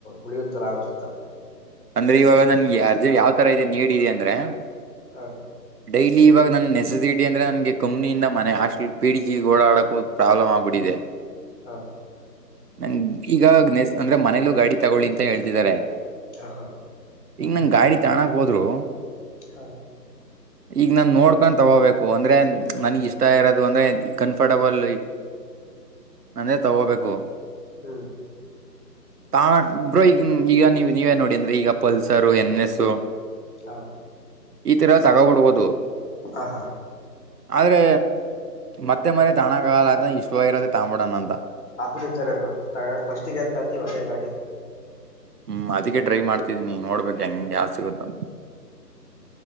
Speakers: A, on the left (about 45°); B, on the right (about 65°).
A: ಉಳಿಯುತ್ತಲ್ಲ ಆತ್ತ
B: ಅಂದ್ರೆ ಇವಾಗ ನನ್ಗೆ ಅರ್ಜೆ ಯಾವ್ ತರ ಇ ನೀಿದೆ ಅಂದ್ರೆ
A: ಹಾ
B: ಡೈಲಿ ಇವಾಗ ನನ್ನ ನೆಸೆಸಿಟಿ ಅಂದ್ರೆ ನನ್ಗೆ ಕಂಪ್ನಿಯಿಂದ ಮನೆ ಹಸ್ಟೆಲ್ ಪಿಡಿ ಜಿ ಓಡಾಡೋಕ್ಕೂ ಪ್ರಾಬ್ಲಮ್ ಆಗ್ಬಿಟ್ಟಿದೆ
A: ಹಾ
B: ನಂಗ ಈಗ ನೆಸ್ ಅಂದ್ರೆ ಮನೇಲೂ ಗಾಡಿ ತಗೊಳ್ಳಿ ಅಂತ ಹೇಳ್ತಿದ್ದಾರೆ
A: ಹ ಹಾ
B: ಈಗ ನಂಗ ಗಾಡಿ ತಕ್ ಹೋದ್ರು
A: ಹಾ
B: ಈಗ ನಾನ್ ನೋಡ್ಕೊಂಡ್ ತಗೋಬೇಕು ಅಂದ್ರೆ ನನ್ಗ್ ಇಷ್ಟ ಇರೋದು ಅಂದ್ರೆ ಕಂಫರ್ಟಬಲ್ ನಂದೇ ತಗೋಬೇಕು
A: ಹ್ಮ್
B: ತಾ ಬ್ರೋ ಈಗ ಈಗ ನೀವ ನೀವೇ ನೋಡಿ ಅಂದ್ರೆ ಈಗ ಪಲ್ಸರ್ ಎನ್ ಎಸ್
A: ಹಾ
B: ಈ ತರ ತಗೋಬಡ್ಬಹುದು
A: ಹ ಹಾ
B: ಆದ್ರೆ ಮತ್ತೆ ಮನೆೆ ತಾಣಗಾಲ ಆದೆ ಇಷ್ಟವಾಗಿರತ್ತೆ ತಾಂಬೋಡೋಣ ಅಂತ
A: ಅದ ನಿಜಾರಬ್ರು ಫಸ್ಟಿಗೆ ಅಂತ ಅಳ್ತೀವ ಅದೇ ಗಾಡಿ
B: ಹ್ಮ್ ಅದಕ್ಕೆ ಡೈವ್ ಮಾಡ್ತಿದ್ದೀನಿ ನೀ ನೋಡ್ಬೇಕು ಗಂಗಗೆ ಯಾವುದ ಸಿಗುತ್ತೋ